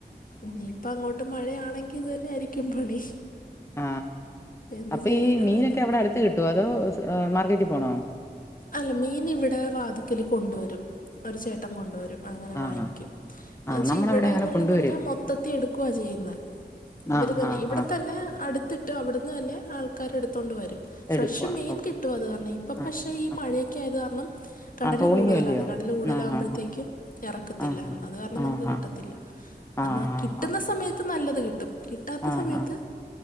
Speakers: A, on the left (about 55°); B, on the left (about 15°).
A: ഇനിയിപ്പ അങ്ങോട്ട് മഴയാണെങ്കി ഇത് തന്നെ ആയിരിക്കും പണി
B: ആഹ്
A: എന്ത്
B: അപ്പീ
A: ചെയ്യാനാണോ
B: ഈ മീനൊക്കെ
A: എന്തോ
B: അവിടെ അടുത്ത് കിട്ടോ അതോ മാർക്കറ്റിൽ പോണോ
A: അല്ല മീനിവിടെ വാതുക്കല് കൊണ്ടുവരും ഒരു ചേട്ടൻ കൊണ്ടുവരും അങ്ങനെ
B: ആ. ആ,
A: വാങ്ങിക്കും പക്ഷെവിടങ്ങളന്ന്
B: ആ. നമ്മുടെ അവിടെ അങ്ങനെ കൊണ്ടുവരും.
A: പറഞ്ഞാൽ മൊത്തത്തി എടുക്കുവാ ചെയ്യുന്നെ ഇവര്
B: ആ,
A: തന്നെ
B: ആ,
A: ഇവിടെ
B: ആ.
A: തന്നെ അടുത്തി ട്ട് അവിടുന്ന് തന്നെ ആൾക്കാരെടുത്തോണ്ട് വരും ഫ്രഷ്
B: എടുക്കുവാ.
A: മീൻ
B: ഓ.
A: കിട്ടും അത് കാരണം ഇപ്പ
B: ആ, ആ.
A: പക്ഷെ ഈ മഴെക്കെ ആയത് കാരണം കടല്
B: ആഹ് ട്രോളിംഗും
A: കൂടുതലാണ്
B: അല്ലയോ
A: കടല് കൂടുതലാകുമ്പോഴത്തേക്കും
B: ആഹ്
A: ഇറക്കത്തില്ല
B: ആഹ്
A: അത് കാരണം
B: ആഹ്
A: നമുക്ക് കിട്ടത്തില്ല
B: ആഹ് ആഹ്
A: അന്ന് കിട്ടുന്ന
B: ആഹ്
A: സമയത്ത് നല്ലത് കിട്ടും കിട്ടാത്ത
B: ആഹ്
A: സമയത്ത്